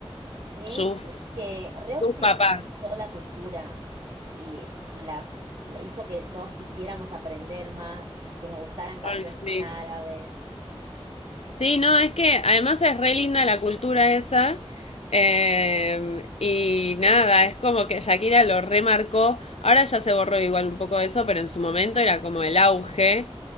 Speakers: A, on the right; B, on the left.
A: Sí,
B: Su
A: es que
B: Su
A: reoccidentalizó
B: papá.
A: la cultura. y la, la hizo que todos quisiéramos aprender más, que nos gustaran canciones
B: Ay, sí.
A: en árabe.
B: Sí, no, es que además es re linda la cultura esa. eh, y nada, es como que Shakira lo remarcó. Ahora ya se borró igual un poco eso, pero en su momento era como el auge.